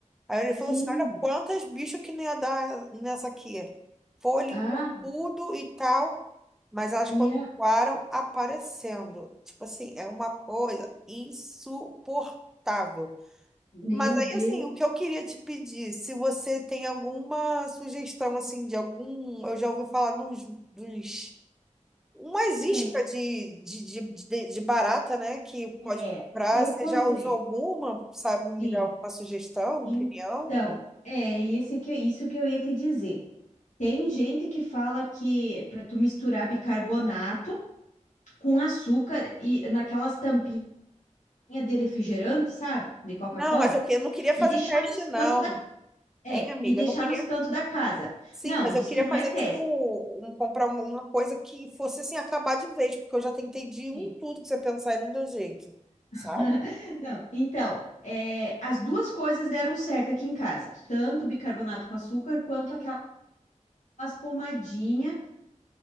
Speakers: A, in the centre; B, on the left.
A: Aí ele
B: Sim.
A: falou assim: Olha quantas bichos que não ia dar nessa aqui. Foi, limpou
B: Ah,
A: tudo e tal, mas elas
B: e
A: continuaram
B: a...
A: aparecendo. Tipo assim, é uma coisa insuportável.
B: Meu
A: Mas aí,
B: Deus.
A: assim, o que eu queria te pedir, se você tem alguma sugestão, assim, de algum. Eu já ouvi falar de uns. de uns- umas iscas
B: É,
A: de, de, de, de de barata, né? Que pode
B: é,
A: comprar.
B: eu
A: Você
B: comprei.
A: já usou alguma? Sabe me
B: Sim.
A: dar alguma sugestão,
B: Então,
A: opinião?
B: é esse que, isso que eu ia te dizer. Tem gente que fala que para tu misturar bicarbonato com açúcar e naquelas tampinhas de refrigerante, sabe? De Coca-Cola,
A: Não, mas eu, que- eu não queria fazer
B: e deixar
A: teste,
B: nos
A: não.
B: cantos da É,
A: Hein, amiga?
B: e deixar
A: Eu não queria.
B: nos cantos da casa.
A: Sim,
B: Não,
A: mas
B: diz
A: eu queria
B: que não
A: fazer,
B: é teste.
A: tipo, um, comprar uma uma coisa que fosse, assim, acabar de vez, porque eu já tentei de um
B: Sim.
A: tudo que você pensar e não deu jeito,
B: <laughs>
A: sabe?
B: Não, então, é, as duas coisas deram certo aqui em casa, tanto o bicarbonato com açúcar quanto aquelas pomadinhas,